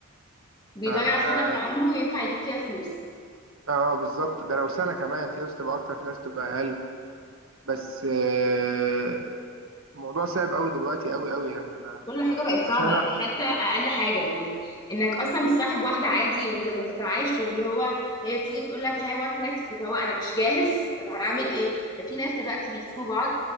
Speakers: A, on the left; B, on the right.
A: بيضيع
B: ف... اه
A: سنة من عمره ينفع يجيب فيها فلوس
B: آه، بالظبط ده لو سنه كمان في ناس تبقى اكتر في ناس تبقى اقل بس آه، الموضوع صعب قوي دلوقتي قوي قوي يعني انا
A: كل حاجة بقت صعبة
B: عشان انا
A: يعني حتى أقل حاجة يعني إنك أصلا تصاحب واحدة عادي وت- وتتعايش واللي هو هي تيجي تقول لك هاي وات نكست واللي هو أنا مش جاهز طب هنعمل إيه؟ ده في ناس دلوقتي بيسيبوا بعض